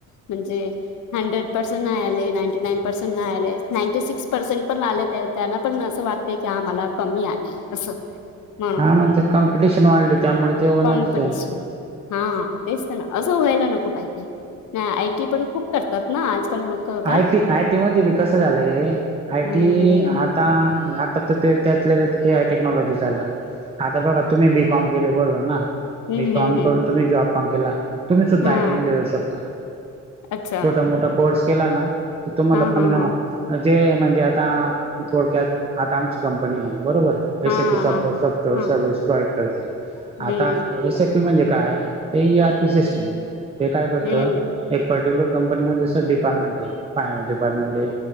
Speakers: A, on the left (about 75°); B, on the right (about 20°).
A: म्हणजे. हंड्रेड पर्सेंट नाही आले, नाईंटी नाईन पर्सेंट नाही आले, नाईंटी सिक्स पर्सेंट पण आले ते त्यांना पण असं वाट ते की आम्हाला कमी आले असं. म
B: हा मग ते कॉम्पिटिशन वाढली त्यामुळे ते होणारच
A: कॉम्पिटिशन
B: आहे
A: हा तेस्ना. असं व्हायला नको पाहिजे, ना आयटी पण खूप करतात ना आजकाल लोक. काय
B: आयटी, आयटी मध्ये बी कसं झालंय आयटी
A: हम्म हम्म
B: आत ता, आता त ते त्यातल्या ए आय टेक्नॉलॉजीच आलं. आता बघा तुम्ही बीकॉम केले बरोबर ना,
A: हम्म.
B: बीकॉम करून तुम्ही जॉब पण केला. तुम्ही सुद्धा
A: हम्म हम्म हम्म
B: आयटी मध्ये
A: हा
B: जाऊ शकता
A: अच्छा
B: छोटा मोठा कोर्स केला ना. त तुम्हाला
A: हा
B: पण
A: हा हा
B: जे म्हणजे आता थोडक्यात आता आमची कंपनी आहे बरोबर.
A: हा
B: एस पी सॉफ्ट
A: हा हा.
B: सॉफ्टवेअर
A: हा
B: सर्विस प्रोवाइड करते
A: हम्म
B: आता एस पी म्हणजे काय ते ईआरपी सीस्टीम हे ते काय करत
A: हम्म
B: एक पर्ट्युलर कंपनीमध्ये अस डिपार्टमेंट आहे फायनानस डिपार्टमेंट हे